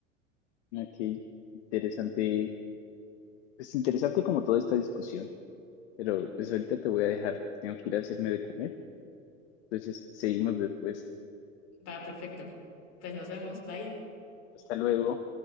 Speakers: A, on the left; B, on the left.
A: ok, interesante, es interesante como toda esta discusión, pero pues ahorita te voy a dejar, tengo que ir a hacerme de comer, entonces seguimos después.
B: va perfecto. Pues nos vemos, bye.
A: Hasta luego.